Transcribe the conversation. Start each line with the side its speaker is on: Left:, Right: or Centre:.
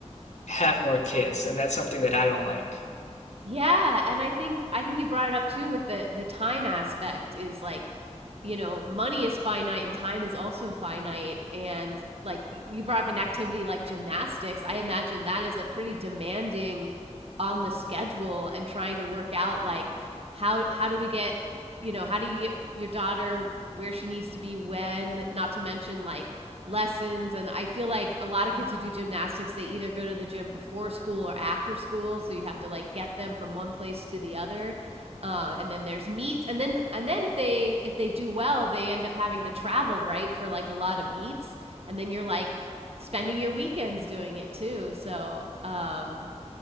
Left: have more kids, and that's something that I don't like.
Right: Yeah, and I think I think you brought it up too with the the time aspect is like, you know, money is finite and time is also finite. And like y- you brought up an activity like gymnastics. I imagine that is a pretty demanding on the schedule and trying to work out like how how do we get, you know, how do you get your daughter where she needs to be when, not to mention like lessons and I feel like a lot of kids who do gymnastics, they either go to the gym before school or after school, so you have to like get them from one place to the other. Uh, and then there's meets and then and then if they if they do well, they end up having to travel, right, for like a lot of meets and then you're like spending your weekends doing it too. So, um